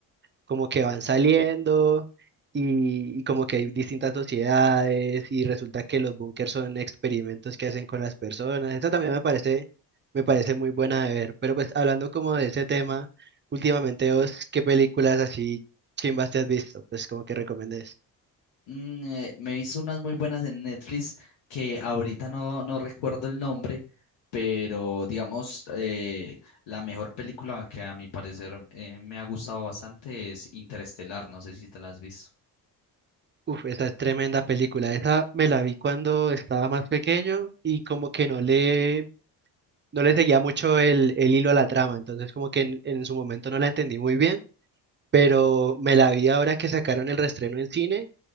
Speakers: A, on the right (about 25°); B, on the left (about 70°).
A: como que van saliendo y, y como que hay distintas sociedades y resulta que los búnkers son experimentos que hacen con las personas. Esto también me parece, me parece muy buena de ver, pero pues hablando como de ese tema, últimamente vos, ¿qué películas así chimbas te has visto? Pues como que recomendés.
B: Mm, eh, me he visto unas muy buenas en Netflix que ahorita no, no recuerdo el nombre, pero digamos, eh, la mejor película que a mi parecer eh, me ha gustado bastante es Interestelar, no sé si te la has visto.
A: Uf, esa es tremenda película. Esa me la vi cuando estaba más pequeño y como que no le, no le seguía mucho el, el hilo a la trama. Entonces como que en, en su momento no la entendí muy bien, pero me la vi ahora que sacaron el reestreno en cine